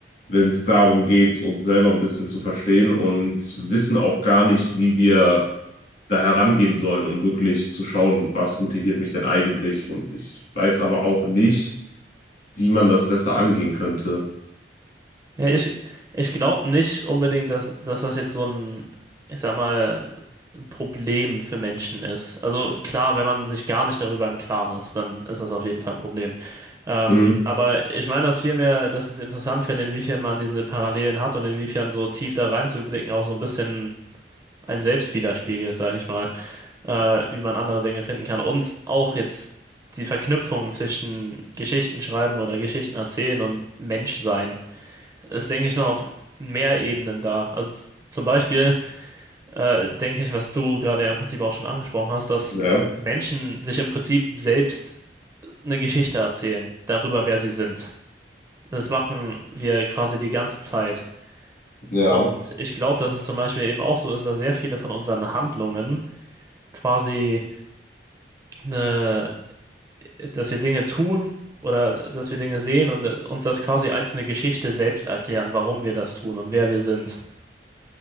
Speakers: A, on the left; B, on the right.
A: wenn es darum geht, uns selber ein bisschen zu verstehen und wissen auch gar nicht, wie wir da herangehen sollen, um wirklich zu schauen, was motiviert mich denn eigentlich. Und ich weiß aber auch nicht, wie man das besser angehen könnte.
B: ja ich, ich glaube nicht unbedingt, dass, dass das jetzt so ein, ich sag mal, Problem für Menschen ist. Also klar, wenn man sich gar nicht darüber im Klaren ist, dann ist das auf jeden Fall ein Problem. Ähm,
A: Hm.
B: aber ich meine das vielmehr, dass ich es interessant finde, inwiefern man diese Parallelen hat und inwiefern so tief da reinzublicken auch so ein bisschen ein Selbst widerspiegelt, sage ich mal, äh, wie man andere Dinge finden kann. Und auch jetzt die Verknüpfungen zwischen Geschichten schreiben oder Geschichten erzählen und Menschsein ist, denke ich, noch auf mehr Ebenen da. Also z- zum Beispiel äh, denke ich, was du gerade ja im Prinzip auch schon angesprochen hast, dass
A: Ja.
B: Menschen sich im Prinzip selbst eine Geschichte erzählen darüber, wer sie sind. Das machen wir quasi die ganze Zeit.
A: Ja.
B: Und ich glaube, dass es zum Beispiel eben auch so ist, dass sehr viele von unseren Handlungen quasi eine, dass wir Dinge tun oder dass wir Dinge sehen und äh, uns das quasi als eine Geschichte selbst erklären, warum wir das tun und wer wir sind.